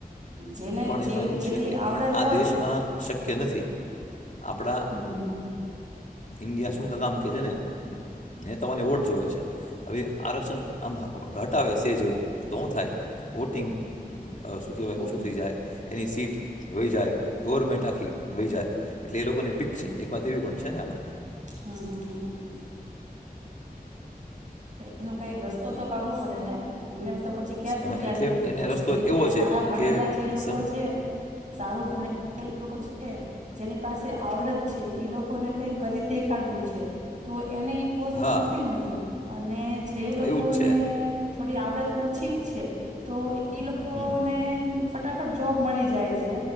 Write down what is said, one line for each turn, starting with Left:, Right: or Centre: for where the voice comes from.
Right: જેને
Left: પણ
Right: જે
Left: એમાં એવું
Right: જેટલી
Left: છે કે
Right: આવડત
Left: એ આ
Right: હોય
Left: દેશમાં શક્ય નથી. આપણા
Right: હમ હમ હમ.
Left: ઇન્ડિયા શું ક કામ કેહે છે ને નેતાઓને વોટ જોવે છે હવે આરક્ષણ. આમ હટાવે છે. તે જેવું તો હું થાય. વોટિંગ શું કહેવાય
Right: હમ
Left: ઓછું
Right: હમ
Left: થઈ જાય. એની સીટ વહી જાય ગવર્મેન્ટ આખી વહી જાય. એટલે એ લોકોને બીક
Right: હમ
Left: છે એક વાત એવી પણ છે. ધન આમાં.
Right: હમ હા હા હ. એનું કઈક રસ્તો તો કાઢવો પડે ને એમનેમ. તો પછી ક્યાં
Left: એમાં
Right: સુધી આવી
Left: એટલે
Right: રીતે
Left: એને
Right: કરવું
Left: રસ્તો
Right: કેમ કે
Left: એવો છે
Right: સારા ભણેલા
Left: કે
Right: જે લોકો
Left: સમ
Right: છે. સારું ભણે લોકો છે જેની પાસે આવડત છે એ લોકોને કઈ કરી દેખાડવું છે તો એને. પોસ્ટ
Left: હા
Right: મળતી નથી. અને. જે લોકોને.
Left: એવું જ છે
Right: થોડી આવડત ઓછી છે તો. એ લોકોને
Left: હમ
Right: ફટ. ફટાફટ જોબ મળી જાય છે